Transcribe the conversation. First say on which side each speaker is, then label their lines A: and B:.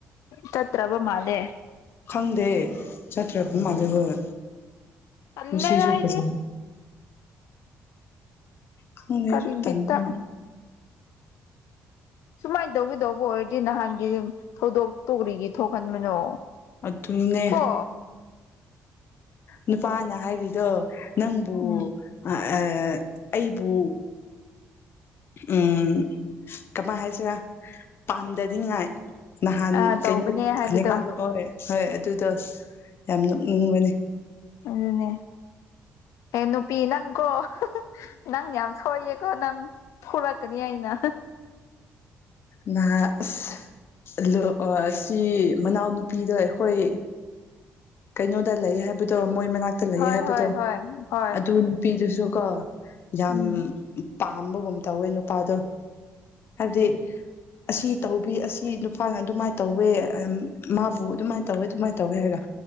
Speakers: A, on the left; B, on the left.
A: ꯆꯠ ꯇ꯭ꯔꯕ ꯃꯥꯜꯂꯦ
B: ꯈꯪꯗꯦ ꯆꯇ꯭ꯔꯕ ꯃꯜꯂꯦ ꯍꯣꯏ
A: ꯇꯥꯜꯂꯦꯗꯥ
B: ꯅꯨꯡꯁꯤꯁꯨ
A: ꯑꯩꯗꯤ
B: ꯐꯖꯅ ꯈꯪꯗꯦ
A: ꯀꯔꯤ
B: ꯑꯩꯁꯨ ꯇꯟꯈ꯭ꯔꯦ
A: ꯕꯤꯠꯇ ꯁꯨꯃꯥꯏꯅ ꯇꯧꯒꯗꯧꯕ ꯑꯣꯏꯔꯗꯤ ꯅꯍꯥꯟꯒꯤ ꯊꯧꯗꯣꯛꯇꯨꯔꯤꯒꯤ ꯊꯣꯛꯍꯟꯕꯅꯣ
B: ꯑꯗꯨꯅꯦ
A: ꯀꯣ
B: ꯅꯨꯄꯥꯅ ꯍꯥꯏꯔꯤꯗꯣ ꯅꯪꯕꯨ
A: ꯎꯝ
B: ꯑꯥ ꯑꯩꯕꯨ ꯎꯝ ꯀꯃꯥꯏ ꯍꯥꯏꯁꯤꯔꯥ ꯄꯥꯝꯗꯗꯤꯉꯥꯏ ꯅꯍꯥꯟ
A: ꯑꯥ ꯇꯧꯕꯅꯦ
B: ꯀꯩꯅꯣ
A: ꯍꯥꯏꯕꯗꯣ
B: ꯅꯩꯀꯟꯅꯥꯑꯣ ꯍꯣꯏ ꯑꯗꯨꯗꯣ ꯌꯥꯝ ꯅꯣꯛꯅꯤꯡꯕꯅꯤ
A: ꯑꯗꯨꯅꯦ ꯑꯦ ꯅꯨꯄꯤ ꯅꯪꯀꯣ ꯅꯪ ꯌꯥꯝ ꯁꯣꯏꯌꯦ ꯀ ꯅꯪ ꯐꯔꯛꯀꯅꯤ ꯑꯩꯅ
B: ꯅꯍꯥ ꯑꯁ ꯑꯂꯨ ꯑꯁꯤ ꯃꯅꯥꯎꯅꯨꯄꯤꯗꯣ ꯑꯩꯈꯣꯏ ꯀꯩꯅꯣꯗ ꯂꯩ ꯍꯥꯏꯕꯗꯣ ꯃꯣꯏ ꯃꯅꯥꯛꯇ ꯂꯩ
A: ꯍꯣꯏ
B: ꯍꯥꯏꯕꯗꯣ
A: ꯍꯣꯏ ꯍꯣꯏ ꯍꯣꯏ
B: ꯑꯗꯨꯅꯤ ꯅꯨꯄꯤꯗꯨꯁꯨ ꯀꯣ ꯌꯥꯝ
A: ꯎꯝ
B: ꯄꯥꯝꯕꯒꯨꯝ ꯇꯧꯋꯦ ꯅꯨꯄꯥꯗꯣ ꯑꯗꯤ ꯑꯁꯤ ꯇꯧꯕꯤ ꯑꯁꯤ ꯅꯨꯄꯥꯅ ꯑꯗꯨꯃꯥꯏꯅ ꯇꯧꯋꯦ ꯑꯝ ꯃꯥꯕꯨ ꯑꯗꯨꯃꯥꯢ ꯇꯧꯋꯦ ꯑꯗꯨꯃꯥꯢ ꯇꯧꯋꯦ ꯍꯥꯏꯔꯒ